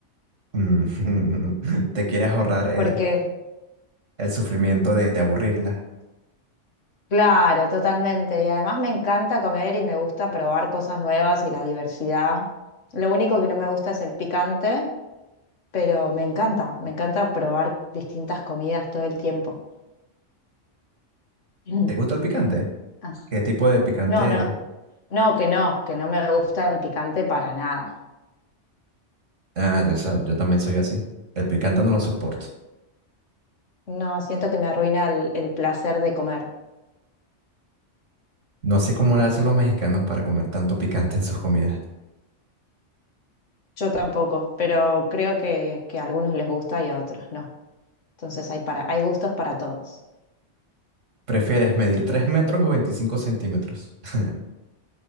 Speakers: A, on the right; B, on the left.
A: Mm, <laughs> ¿Te quieres ahorrar eh,
B: porque,
A: el sufrimiento de, de aburrirla?
B: claro, totalmente. Y además me encanta comer y me gusta probar cosas nuevas y la diversidad. Lo único que no me gusta es el picante, pero me encanta, me encanta probar distintas comidas todo el tiempo. <clears throat>
A: ¿Te gusta el picante?
B: Ah, sí.
A: ¿Qué tipo de picante?
B: No, no, no, que no, que no me gusta el picante para nada.
A: Ah, yo, sa- yo también soy así. El picante no lo soporto.
B: No, siento que me arruina el el placer de comer.
A: No sé cómo le hacen los mexicanos para comer tanto picante en sus comidas.
B: Yo tampoco, pero creo que, que a algunos les gusta y a otros no. Entonces hay para, hay gustos para todos.
A: ¿Prefieres medir 3 metros o 25 centímetros? <laughs>